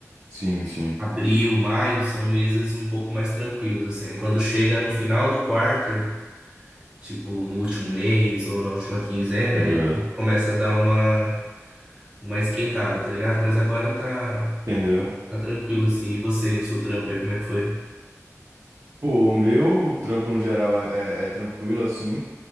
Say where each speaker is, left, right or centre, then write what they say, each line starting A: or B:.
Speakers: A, on the right; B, on the right.
A: Sim, sim.
B: abril, maio são meses um pouco mais tranquilos, assim. Aí quando chega no final do quarter. tipo, no último mês ou na última quinzena,
A: Tô ligado.
B: e começa a dar uma, uma esquentada, tá ligado? Mas agora tá,
A: Entendeu?
B: tá tranquilo, assim. E você, no seu trampo aí, como é que foi?
A: Pô, o meu trampo no geral é, é- é tranquilo, assim.